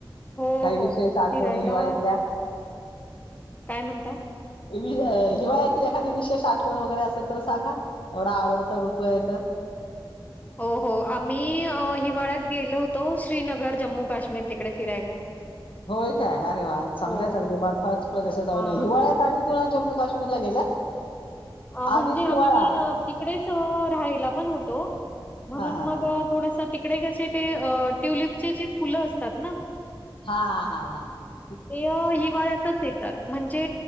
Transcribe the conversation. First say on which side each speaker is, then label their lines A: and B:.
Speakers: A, on the left; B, on the left.
A: हो,
B: काही
A: हो.
B: विशेष आठवणी
A: फिरायला
B: हिवाळतल्या?
A: काय म्हणता.
B: हिवाळ येतील एखादी विशेष आठवण वगैरे असेल तर सांगा एवढा आवडता ऋतू आहे तर?
A: हो हो आम्ही हिवाळ्यात गेलो होत. तो श्रीनगर जम्मू काश्मीर तिकडे फिरायला.
B: होय काय अरे वा चांगल्यायच
A: हो.
B: अगदी बर्फाच प्रदेशात जाऊनय
A: हां.
B: हिवाळ्यात आणि त जम्मू काश्मीर ला गेल्यात.
A: म्हणजे
B: आधीच हिवाळा
A: आम्ही तिकडेच राहायला पण होतो. म्हणून
B: हां, हां,
A: मग
B: हां.
A: थोडसा तिकडे कसे ते ट्युलिपचे जे फुलं असतात ना.
B: हा हा हा
A: ते हिवाळ्यातच येतात म्हणजे